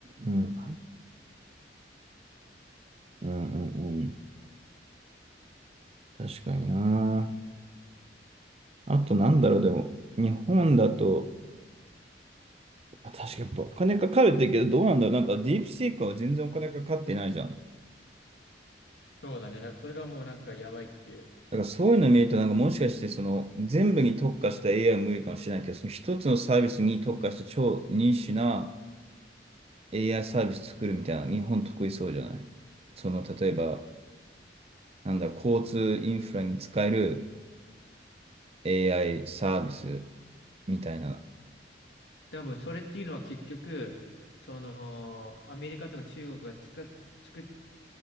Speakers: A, on the right; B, on the left.
A: うんうんうん。確かにな。あとなんだろう、でも、日本だと、あ確かにやっぱお金かかるって言うけど、どうなんだろう、なんかディープシークは全然お金かかってないじゃん。
B: そうだね。だからそれがもうなんかやばいっていう。
A: だからそういうの見ると、なんかもしかしてその全部に特化した AI は無理かもしれないけど、その一つのサービスに特化した超ニッチな AI サービス作るみたいな、日本得意そうじゃないその例えば、なんだ、交通インフラに使える AI サービスみたいな。
B: 多分それっていうのは結局、その、アメリカとか中国がつく、つく